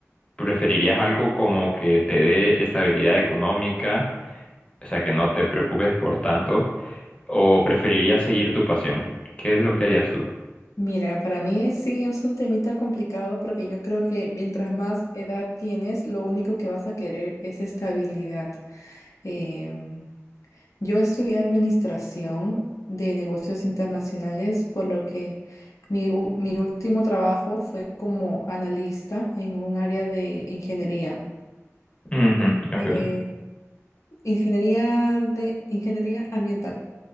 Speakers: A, on the left (about 25°); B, on the left (about 80°).
A: ¿preferirías algo como que te dé estabilidad económica? O sea, que no te preocupes por tanto. ¿O preferirías seguir tu pasión? ¿Qué es lo que harías tú?
B: Mira, para mí sí es un temita complicado porque yo creo que mientras más edad tienes, lo único que vas a querer es estabilidad. Em, yo estudié administración de negocios internacionales, por lo que mi, u- mi último trabajo fue como analista en un área de ingeniería,
A: Ujú, ok,
B: eh, ingeniería de ingeniería ambiental.